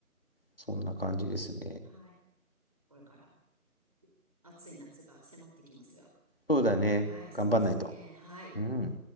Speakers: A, on the left (about 40°); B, on the right (about 25°).
A: そんな感じですね。
B: はい。これから暑い夏が迫ってきますが。
A: そうだね。
B: はい、そうですね。
A: 頑張んないと。
B: はい。
A: うん。